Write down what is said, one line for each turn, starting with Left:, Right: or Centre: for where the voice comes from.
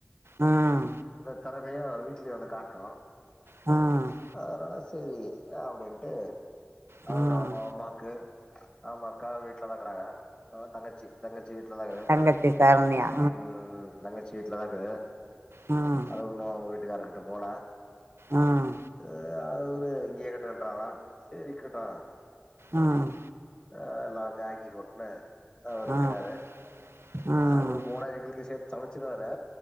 Right: ம்
Left: தெறமைய வீட்லியு வந்து காட்னூ
Right: ம்
Left: அதனால சேரி அப்டின்ட்டு
Right: ம்
Left: அவரு அவங்க அம்மாக்கு அவங்க அக்காவு வீட்ல தா இக்குறாங்க அக்காவா தங்கச்சி தங்கச்சி வீட் ட்லதா இரு
Right: தங்கச்சி சரண்யா
Left: ம் ம் தங்கச்சி ட்லதா இருக்கு
Right: ம்
Left: அது ஒண்ணு வீட் ட்டுகாருகிட்ட போல
Right: ம்
Left: ஆ அது ஒரு இங்கயே கட்டுன்றாரா சேரி இருக்கட்டு
Right: ம்
Left: ஆ எல்லாருக்கு ஆக்கி கொட்னே அவர்
Right: ம்
Left: இருக்கிறாரு
Right: ம்
Left: நாங்களு போனா எங்களுக்கு சேத் சமைச்சிருவாரு